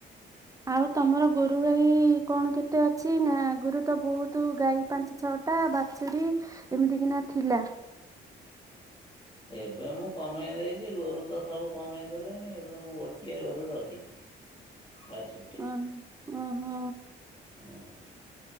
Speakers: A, on the right; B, on the left.
A: ଆଉ ତମର ଗୋରୁ ଗାଈ କଣ କେତେ ଅଛି ନା ଗୋରୁ ତ ବହୁତ ଗାଈ ପାଞ୍ଚ ଛଅଟା ବାଛୁରୀ ଏମିତି କିିନା ଥିଲା ତ
B: ଏବେ ମୁଁ କମେଇ ଦେଇଛି ଗୋରୁ ତ ସବୁ କମେଇ ଦେଲେଣି ଏବେ ମୁଁ ଗୋଟିଏ ଗୋରୁ ରଖିଛି। ଆଚ୍ଛା।
A: ଅଁ ଓ ହ।
B: ହୁଁ।